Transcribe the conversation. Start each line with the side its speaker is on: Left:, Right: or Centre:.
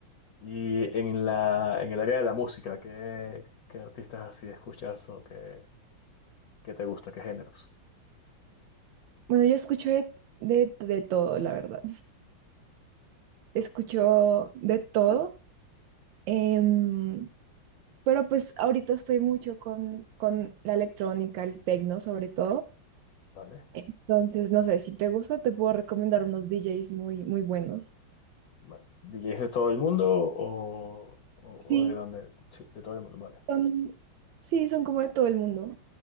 Left: Y en la, en el área de la música, ¿qué, qué artistas así escuchas o qué, qué te gusta, qué géneros?
Right: Bueno, yo escucho de, de, de todo, la verdad. Escucho de todo, em, pero pues ahorita estoy mucho con, con la electrónica, el techno sobre todo.
Left: ¿Vale?
Right: Entonces, no sé, si te gusta, te puedo recomendar unos DJs muy, muy buenos.
Left: Vale. ¿DJs de todo el mundo o, o-
Right: Sí,
Left: o de dónde? Sí, de todo el mundo, vale.
Right: son, sí, son como de todo el mundo.